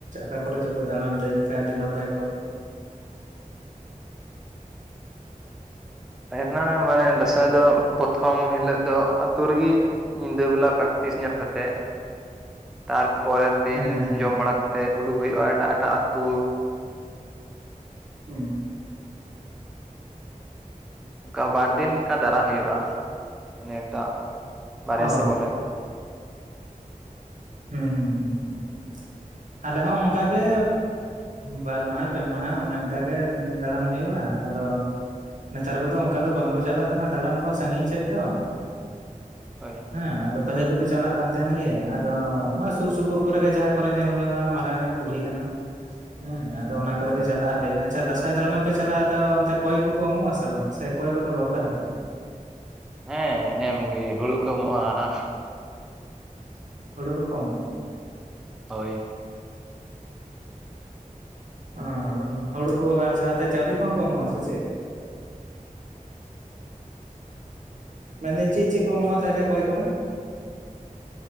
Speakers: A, on the right (about 60°); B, in the centre.
A: ᱠᱚ ᱠᱚᱨᱮ ᱪᱚᱯᱮ ᱫᱟᱬᱟᱱ ᱞᱟᱹᱭ ᱞᱮᱠᱷᱟᱱ ᱟᱹᱰᱤ ᱱᱟᱯᱟᱭ ᱠᱚᱜᱼᱟ
B: <unintelligible> ᱢᱟᱱᱮ ᱫᱟᱸᱥᱟᱭ
A: ᱦᱮᱞᱳ
B: ᱫᱚ ᱯᱨᱚᱛᱷᱚᱢ ᱦᱤᱞᱟᱹᱜ ᱫᱚ ᱟᱛᱳ ᱨᱮᱜᱮ ᱧᱤᱫᱟᱹ ᱵᱮᱞᱟ <unintelligible> ᱰᱟᱠᱟᱨ ᱯᱨᱮᱠᱴᱤᱥ ᱧᱚᱜ ᱠᱟᱛᱮᱫ ᱛᱟᱨᱯᱚᱨᱮᱨ ᱫᱤᱱ
A: ᱦᱮᱸ ᱦᱮᱸ
B: ᱡᱚᱢ ᱵᱟᱲᱟ ᱠᱟᱛᱮ ᱠᱟᱛᱮᱫ ᱩᱰᱩᱠ ᱦᱩᱭᱩᱜᱼᱟ ᱮᱴᱟᱜ ᱮᱴᱟᱜ ᱟᱹᱛᱩ
A: ᱦᱮᱸ
B: ᱚᱱᱠᱟ ᱵᱟᱨ ᱫᱤᱱ ᱞᱮᱠᱟ ᱫᱟᱲᱟ ᱦᱩᱭᱩᱜᱼᱟ ᱢᱟᱱᱮ ᱮᱴᱟᱜ <unintelligible> ᱵᱟᱦᱨᱮ
A: ᱚ
B: ᱥᱮᱫ ᱵᱚᱞᱮ <unintelligible>
A: ᱦᱩᱸ ᱦᱩᱸ ᱦᱩᱸ ᱦᱩᱸ ᱟᱞᱮ ᱦᱚᱸ ᱚᱱᱠᱟᱜᱮ ᱵᱟᱨ ᱢᱟᱦᱟ ᱯᱮ ᱢᱟᱦᱟ ᱚᱱᱮ ᱚᱱᱠᱟ ᱜᱮ ᱫᱟᱬᱟᱱ ᱦᱩᱭᱩᱜᱼᱟ ᱟᱫᱚ ᱱᱮᱛᱟᱨ ᱠᱚᱫᱚ ᱚᱱᱠᱟ ᱫᱚ ᱵᱟᱝ ᱠᱚ ᱪᱟᱞᱟᱜ ᱠᱟᱱᱟ ᱫᱟᱬᱟᱱ ᱠᱚᱦᱚᱸ ᱥᱟᱺᱜᱤᱧ ᱥᱮᱫ ᱫᱚ
B: ᱦᱳᱭ
A: ᱦᱮᱸ ᱟᱫᱚ ᱯᱟᱹᱦᱤᱞ ᱫᱚᱠᱚ ᱪᱟᱞᱟᱜ ᱠᱟᱱ ᱛᱟᱦᱮᱱ ᱜᱮᱭᱟ ᱟᱫᱚ ᱚᱱᱟ ᱥᱩᱨ ᱥᱩᱯᱩᱨ ᱠᱚᱨᱮᱜᱮ ᱡᱟᱦᱟᱸ ᱠᱚᱨᱮ ᱧᱮᱞ ᱦᱩᱭᱩᱜᱼᱟ ᱢᱟᱨᱟᱝ ᱧᱚᱜ ᱠᱩᱞᱦᱤ ᱠᱟᱱᱟ ᱦᱮᱸ ᱟᱫᱚ
B: ᱦᱳᱭ
A: ᱚᱱᱟ ᱠᱚᱨᱮᱜ
B: ᱦᱳᱭ
A: ᱜᱮ ᱪᱟᱞᱟᱜ ᱦᱩᱭᱩᱜᱼᱟ ᱟᱪᱪᱷᱟ ᱫᱟᱸᱥᱟᱭ ᱫᱟᱬᱟᱱ ᱯᱮ ᱪᱟᱞᱟᱜ ᱟᱫᱚ ᱚᱱᱛᱮ ᱠᱚᱭ ᱠᱚᱠᱚ ᱮᱢᱚᱜ ᱟᱥᱮ ᱵᱟᱝ ᱥᱮ ᱠᱚᱭ ᱠᱚᱫᱚ ᱵᱟᱯᱮ ᱦᱟᱛᱟᱣ-ᱟ
B: ᱦᱮᱸ ᱮᱢᱜᱮ ᱦᱩᱲᱩ ᱠᱚ ᱮᱢᱚᱜᱼᱟ
A: <unintelligible> ᱦᱩᱲᱩ ᱠᱚ ᱠᱚ ᱮᱢᱚᱜ-ᱟ
B: ᱦᱳᱭ
A: ᱚ <unintelligible> ᱦᱩᱲᱩ ᱠᱚ ᱟᱨ ᱥᱟᱶᱛᱮ ᱪᱟᱣᱞᱮ ᱠᱚᱦᱚᱸ ᱠᱚ ᱮᱢᱚᱜ-ᱟ ᱥᱮ ᱪᱮᱫ ᱢᱮᱱ ᱮᱫᱟᱹᱧ ᱪᱮᱫ ᱪᱮᱫ ᱠᱚ ᱮᱢᱚᱜᱼᱟ ᱛᱟᱦᱚᱞᱮ ᱠᱚᱭ ᱠᱚᱨᱮ